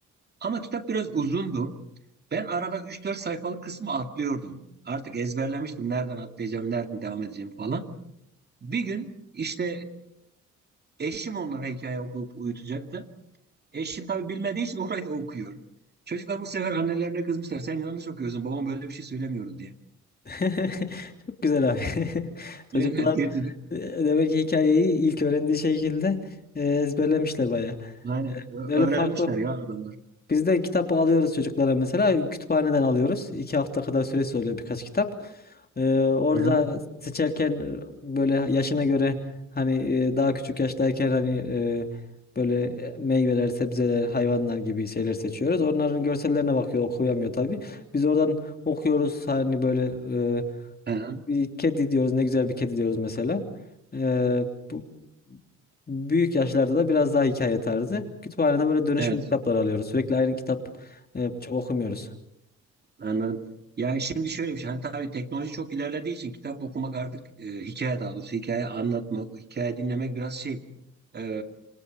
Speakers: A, on the right (about 35°); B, on the left (about 30°).
A: Ama kitap biraz uzundu. Ben arada üç dört sayfalık kısmı atlıyordum. Artık ezberlemiştim. Nereden atlayacağım, nereden devam edeceğim falan. Bir gün işte e, eşim onlara hikaye okuyup uyutacaktı. Eşim tabii bilmediği için orayı da okuyor. Çocuklar bu sefer annelerine kızmışlar. Sen yanlış okuyorsun. Babam böyle bir şey söylemiyordu diye.
B: <laughs> Çok güzel abi. <laughs> Çocuklar
A: Evet getirdik.
B: e, demek ki hikayeyi ilk öğrendiği şekilde e, ezberlemişler bayağı.
A: Aynen. Ö-
B: Öyle
A: Öğrenmişler
B: farklı.
A: ya adamlar.
B: Biz de kitap alıyoruz çocuklara mesela. Kütüphaneden alıyoruz. İki hafta kadar süresi oluyor birkaç kitap. E, orada
A: Hı hı.
B: da seçerken e, böyle yaşına göre hani e, daha küçük yaştayken hani e, böyle meyveler, sebzeler, hayvanlar gibi şeyler seçiyoruz. Onların görsellerine bakıyor, okuyamıyor tabii. Biz oradan okuyoruz hani böyle e,
A: Hı hı.
B: bir kedi diyoruz ne güzel bir kedi diyoruz mesela. Ee, bu büyük yaşlarda da biraz daha hikaye tarzı. Kütüphaneden böyle dönüşüm
A: Evet.
B: kitaplar alıyoruz. Sürekli aynı kitap e, çok okumuyoruz.
A: Anladım. Ya şimdi şöyle bir şey. Hani tabii teknoloji çok ilerlediği için kitap okumak artık e, hikaye daha doğrusu hikaye anlatmak, hikaye dinlemek biraz şey e,